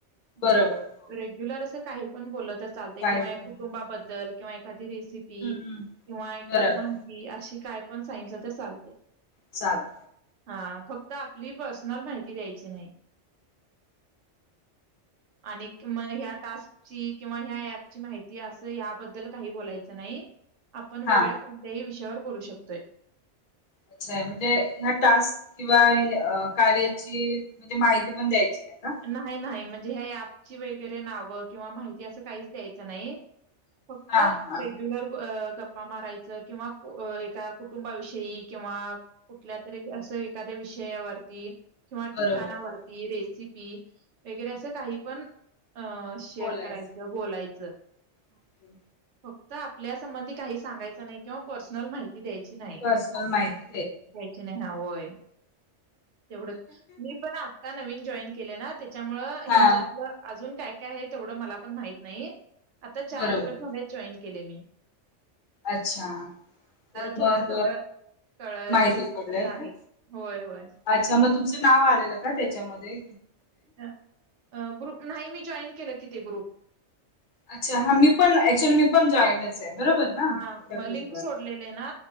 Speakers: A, on the left (about 50°); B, on the right (about 75°).
A: बरोबर हो.
B: रेग्युलर असं काही- पण बोलत. तर चालतय
A: काय
B: किंवा या
A: पण
B: कुटुंबाबद्दल.
A: हम्म
B: किंवा ए एखादी रेसिपी,
A: हम्म
B: किंवा एखादी
A: बरोबर
B: माहिती, अशी काय- पण सांगितला. तर चालतय.
A: चालेल.
B: ह फक्त आपली पर्सनल माहिती द्यायची नाही. आणि म ह्या टास्कची किंवा ह्या ॲप ची माहिती अस ह्याबद्दल काही बोलायच नाही. आपण वेगळ्या
A: हा
B: कोणत्याही विषयावर- बोलू शकतोय.
A: अच्छा. म्हणजे ह्या टास्क किंवाअ कार्याची म्हणजे माहिती पण द्यायची. नाही का?
B: नाही नाही म्हणजे- म्हणजे ह्या ऍपची वगैरे नावं किंवा माहिती असं काहीच द्यायचं नाही. फक्त
A: हा हा
B: रेग्युलर अ गप्पा मारायचं किंवा एका कुटुंबाविषयी किंवा कुठल्या तरी असं एखाद्या विषयावरती. किंवा ठिकाणावरती,
A: बरोबर बरोबर
B: रेसिपी- वगैरे असं काही पण, - अ शेअर
A: बोलायचं.
B: करायचं, बोलायचं.
A: ओके
B: फक्त आपल्या संबंधी काही सांगायचं नाही, किंवा पर्सनल माहिती. द्यायची नाही
A: पर्सनल माहिती
B: द्यायची नाही हा होय. तेवढच मी पण आता नवीन जॉईन. केलय ना. त्याच्यामुळ
A: हा
B: ह्याच्यातलं अजून काय. काय आहे तेवढं मला पण माहित नाही. आता चार
A: बरोबर
B: दिवस झालाय जॉईन. केले मे.
A: अच्छा तर
B: थोड्या
A: मग
B: थोडं कळल
A: माहिती
B: कसं
A: पडलय
B: कसं आहे
A: का
B: होय होय
A: अच्छा मग तुमचं नाव आलेल का त्याच्यात. मध्ये.
B: अ अ ग्रुप नाही मी. जॉईन केलं की ते ग्रुप.
A: अच्छा हा मी पण ऍक्च्युली मी पण जॉईंटच आहे. बरोबर ना
B: हा
A: त्या
B: मग
A: ग्रुपवर.
B: लिंक सोडलेले ना